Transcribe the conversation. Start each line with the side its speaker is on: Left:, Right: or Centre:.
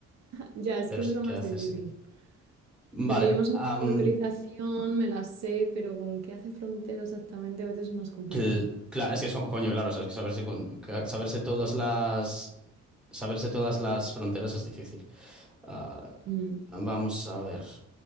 Right: Ya, es
Centre: Pero
Right: que es
Centre: sí
Right: lo
Centre: que
Right: más
Centre: hace,
Right: difícil.
Centre: sí. Vale.
Right: Porque yo más o
Centre: am,
Right: menos la localización me la sé, pero con qué hace frontera exactamente a veces es más complicado.
Centre: cl- cla- es que es como, coño, claro, sabes que saberse, con- ca- saberse todas las, saberse todas las fronteras es difícil. Ah,
Right: Mm,
Centre: vamos a ver.